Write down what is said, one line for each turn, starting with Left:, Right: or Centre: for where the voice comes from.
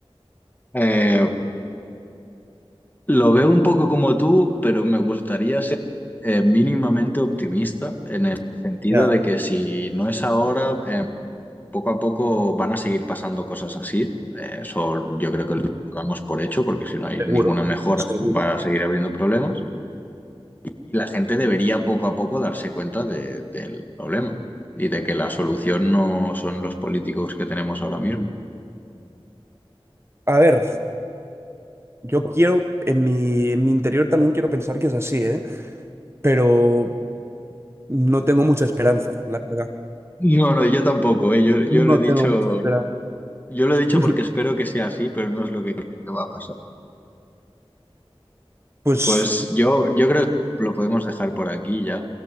Left: Eh, Lo veo un poco como tú, pero me gustaría ser eh, mínimamente optimista en el sentido
Right: Ya,
Left: de que si no es ahora, eh, poco a poco van a seguir pasando cosas así. Eh, Eso yo creo que lo damos por hecho, porque si no hay
Right: seguro,
Left: ninguna mejora,
Right: seguro.
Left: van a seguir habiendo problemas. Y la gente debería poco a poco darse cuenta de- del problema y de que la solución no son los políticos que tenemos ahora mismo.
Right: A ver, yo quiero, en mi, en mi interior también quiero pensar que es así, ¿eh? Pero No tengo mucha esperanza, la verdad.
Left: No, no, yo tampoco, eh. Yo, yo
Right: No
Left: lo he dicho
Right: tengo mucha esperanza.
Left: Yo lo
Right: <laughs>
Left: he dicho porque espero que sea así, pero no es lo que creo que va a pasar.
Right: Pues
Left: Pues yo, yo creo que lo podemos dejar por aquí ya.